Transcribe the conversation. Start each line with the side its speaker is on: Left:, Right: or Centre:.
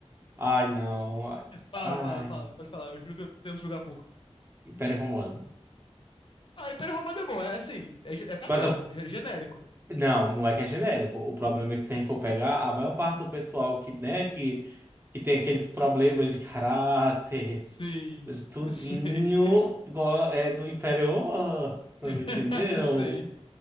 Right: Ai, não. Ai,
Left: Fala,
Right: ai,
Left: fala, fala, pode falar, eu juro que eu tento julgar pouco.
Right: Império Romano.
Left: Ah, Império Romano é bom, é assim, é, ge- é padrão,
Right: Mas a-
Left: ge- genérico.
Right: não, não é que é genérico. O problema é que se a gente for pegar, a maior parte do pessoal que, né, que, que tem aqueles problemas de caráter,
Left: Sim,
Right: tudinho,
Left: <laughs> sim.
Right: go- é do Império Romano,
Left: <laughs>
Right: entendeu?
Left: Sei.